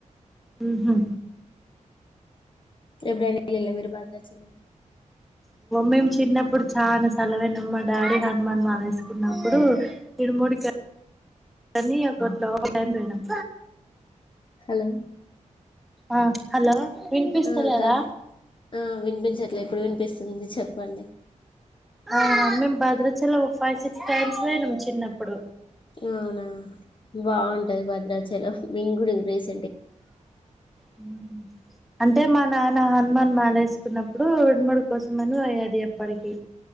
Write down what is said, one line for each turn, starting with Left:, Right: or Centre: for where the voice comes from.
Centre: ఉ హూ
Left: ఎప్పుడు అయినా వెళ్ళిండ్ల మీరు భద్రాచలం
Centre: మేము చిన్నప్పుడు చా సెలవైనమ్ మా డాడీ హనుమాన్ మాాలసుకున్నప్పుడు ఇరుముడికి నీ అక్కట్లో టైం పోయినాం
Left: హలో
Centre: ఆ హలో వినిపిస్తలేదా
Left: ఆ కా ఆ వినిపించట్లే ఎప్పుడు వినిపిస్తుంది చెప్పండి
Centre: ఆ మేము భద్రాచలం ఒక ఫైవ్ సిక్స్ టైమ్స్ పోయినాం చిన్నప్పుడు
Left: అవునా బాగుంటది భద్రాచలం మింగడి రేసి
Centre: హుమ్మ్ అంటే మా నాన్న నా హనుమాన్ మాలేసుకున్నప్పుడు ఇరుముడి కోసమని పోయ్యేది ఎప్పటికి